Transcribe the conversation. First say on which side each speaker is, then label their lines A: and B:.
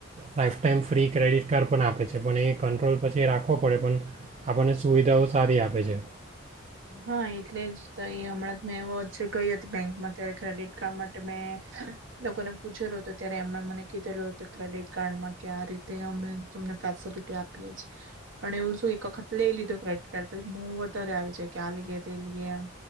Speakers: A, on the right; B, on the right.
A: life time free credit card પણ આપે છે પણ એ કંટ્રોલ પછી એ રાખવો પડે પણ, આપણને સુવિધાઓ સારી આપે છે
B: હા એટલે જ તો એ હમણાં મેં વચ ગઈ હતી બેંકમાં ત્યારે ક્રેડિટ કાર્ડ માટે મેં, લોકોને પૂછેલું હતો ત્યારે એમણે મને કીધેલું ક્રેડિટ કાર્ડમાં કે આ રીતે અમે તમને ફેસિલિટી આપીએ છેએ, પણ એવું શું એક વખત લઈ લીધું કડિટ કાર્ડ પછી મોં વધારે આવી જાય કે આ લીએે તે લઈએેમ